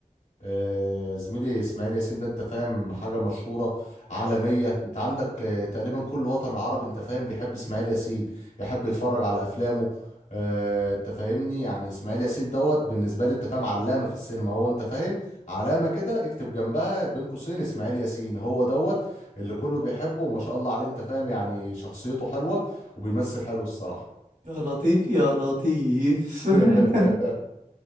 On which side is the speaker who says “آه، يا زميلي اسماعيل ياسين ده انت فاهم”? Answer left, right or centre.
Left